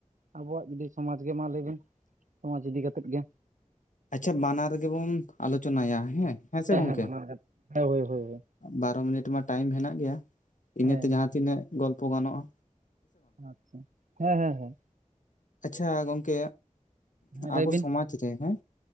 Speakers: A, on the right (about 80°); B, on the left (about 80°).
A: ᱟᱵᱚᱣᱟᱜ ᱡᱩᱫᱤ ᱥᱚᱢᱟᱡᱽ ᱜᱮ ᱢᱟ ᱞᱟᱹᱭ ᱵᱮᱱ? ᱥᱚᱢᱟᱡᱽ ᱤᱫᱤ ᱠᱟᱛᱮᱫ ᱜᱮ
B: ᱟᱪᱪᱷᱟ ᱵᱟᱱᱟᱨ ᱨᱮᱜᱮ ᱵᱚᱱ ᱟᱞᱳᱪᱚᱱᱟᱭᱟ ᱦᱮᱸ ᱦᱮᱸᱥᱮ
A: ᱦᱮᱸ
B: ᱜᱚᱝᱠᱮ?
A: ᱦᱮᱸ ᱵᱟᱱᱟᱨ ᱜᱮ ᱦᱳᱭ ᱦᱳᱭ ᱦᱳᱭ
B: ᱵᱟᱨᱚ ᱢᱤᱱᱤᱴ ᱢᱟ ᱴᱟᱭᱤᱢ ᱦᱮᱱᱟᱜ ᱜᱮᱭᱟ, ᱤᱱᱟᱹᱛᱮ
A: ᱦᱮᱸ
B: ᱡᱟᱦᱟᱸ ᱛᱤᱱᱟᱹᱜ ᱜᱚᱞᱯᱚ ᱜᱟᱱᱚᱜ-ᱟ᱾
A: ᱟᱪᱪᱷᱟ, ᱦᱮᱸ ᱦᱮᱸ ᱦᱮᱸ᱾
B: ᱟᱪᱪᱷᱟ ᱜᱚᱝᱠᱮ
A: ᱦᱮᱸ
B: ᱟᱵᱚ
A: ᱞᱟᱹᱭ ᱵᱤᱱ
B: ᱥᱚᱢᱟᱡ ᱨᱮ ᱦᱮᱸ᱾